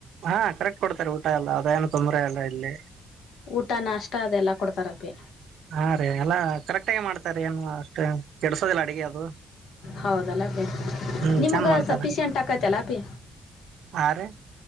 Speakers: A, on the right; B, on the left.
A: ಹಾ ಕರೆಕ್ಟ್ ಕೊಡ್ತಾರೆ ಊಟ ಎಲ್ಲ ಅದೇಏನು ತೊಂದರೆ ಅಲ್ಲ ಇಲ್ಲಿ
B: ಊಟ ನಾಷ್ಟ ಅದೆಲ್ಲಾ ಕೊಡ್ತಾರಪಿ
A: ಹಾ ರೀ ಎಲ್ಲಾ ಕರೆಕ್ಟಗೆ ಮಾಡ್ತಾರ ಏನು ಅಷ್ಟೇ ಕೆಡಸೋದಿಲ್ಲ ಅಡಗೆ ಅದು
B: ಹೌದಲ್ಲ ಅಪ್ಪೀ
A: ಹ್ಮ್
B: ನಿಮ್ಗೆ
A: ಚಂದ ಮಾಡ್ತಾರ
B: ಸಫಿಶಿಯೆಂಟ್ ಆಾಕತಲ್ಲ ಅಪಿ
A: ಹಾ ರೀ